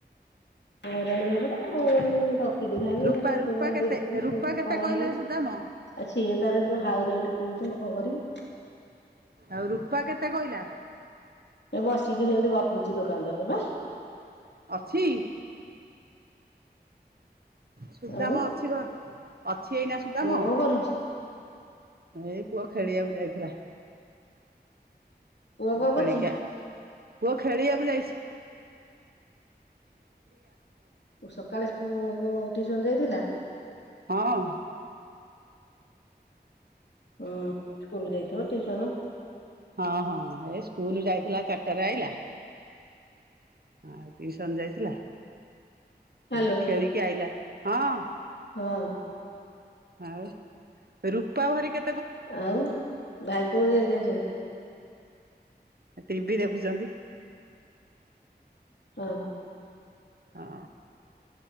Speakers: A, on the left (about 80°); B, on the right (about 60°).
A: ହଇରାଣ ହୋଉଚି <inaudible> ମୁଁ ରଖିଦେଇଥାନ୍ତି
B: ରୂପା
A: ଗୋଟେ
B: ରୂପା
A: ପୁରୁଣା
B: କେତେ
A: ଦେଇ ଦେଇକି
B: ରୂପା
A: ଯୋଉଟା
B: କେତେ
A: କଣା
B: କହିଲା
A: ହେଇଯାଇଚି।
B: ସୁଦାମ?
A: ଆଉ ସିଏ ତାର ଯୋଉ ହାଇ ରେଟ୍ କୋହୁଚି ମୁଁ କଣ କରିବି?
B: ଆଉ ରୂପା କେତେ କହିଲା?
A: ଏ ବସିବି ସେମିତି ଗପୁଚି ଦୋକାନ ଦୂଆରେ ପା
B: ଅଛି। ସୁଦାମ
A: ଆଉ
B: ଅଛି ଘ ଅଛି ଏଇନା ସୁଦାମ
A: ପୁଅ କଣ କରୁଛି?
B: ଏଇ ପୁଅ ଖେଳିବାକୁ ଯାଇଥିଲା। ପୁଅ
A: କଣ କରୁଛି?
B: ଖେଲିକି ଆ ପୁଅ ଖେଳିବାକୁ ଯାଇଚି।
A: ସକାଳେ ସ୍କୁଲ ଟିଉସନ ଯାଇଥିଲା।
B: ହଁ।
A: ହଁ ସ୍କୁଲ ଯାଇଥିବ ଟିଉସନ
B: ହଁ ହଁ ଏଇ ସ୍କୁଲ ଯାଇଥିଲା ଚାରିଟାରେ ଆଇଲା। ଆଉ ଟିଉସନ ଯାଇଥିଲା
A: ହ୍ୟାଲୋ
B: ଏଇ ଖେଳିକି ଆଇଲା ହଁ।
A: ହଁ
B: ଆଉ ରୂପା ଭରି କେ
A: ଆଉ ଭାଇ କୋଉ ଯାଏଁ ଯାଇଚନ୍ତି?
B: ଟିଭିି ଦେଖୁଚନ୍ତି।
A: ହଁ।
B: ହଁ